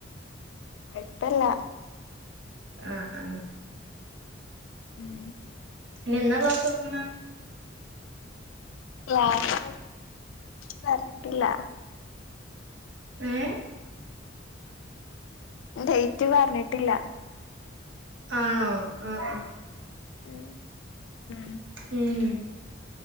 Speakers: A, on the left; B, on the right.
A: കുഴപ്പല്ല
B: ആഹ ആഹ
A: ഉം
B: ഇനി എന്നാ ക്ലാസ് തുടങ്ങണേ
A: <inaudible> ക്ലാസ് പറഞ്ഞിട്ടില്ല
B: ഏഹ
A: ഡേറ്റ് പറഞ്ഞിട്ടില്ല
B: ആണോ ആഹ് ആഹ്
A: ഉം ഉം
B: ഉം